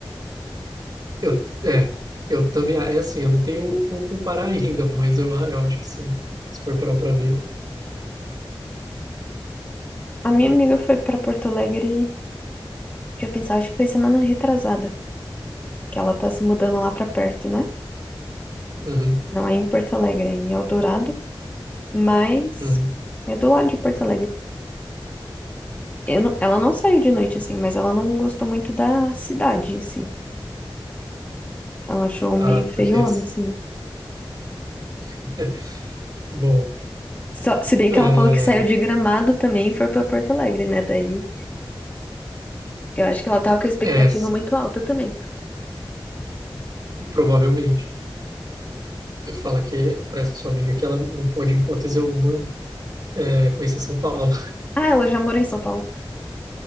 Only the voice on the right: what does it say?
Eu, é, eu também, é assim, eu não tenho como comparar <laughs> ainda, mas eu, eu acho que sim, se for parar para ver.
Uhum,
uhum.
Ah, porque
essa.
<laughs> Bom,
é,
é,
provavelmente. Fala que para essa sua amiga que ela não pode, em hipótese alguma, é, conhecer São Paulo.